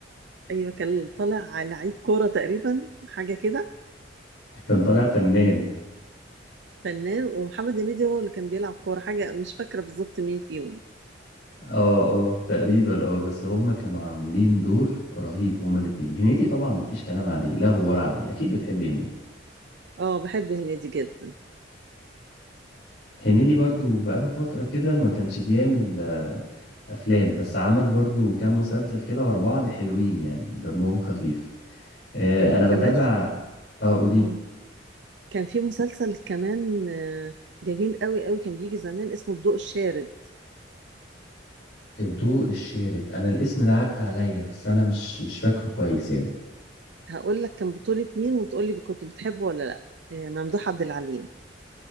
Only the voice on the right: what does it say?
ايوه كان طالع لعيب كوره تقريبا حاجه كده
فنان ومحمد هنيدي هو اللي كان بيلعب كورة حاجة مش فاكرة بالظبط مين فيهم
اه بحب هنيدي جدا
إيه
كمان في-
مم. كان في مسلسل كمان آه، جميل قوي قوي كان بيجي زمان اسمه الضوء الشارد
هقول لك كان بطولة مين وتقول لي كنت بتحبه ولا لا إيه ممدوح عبد العليم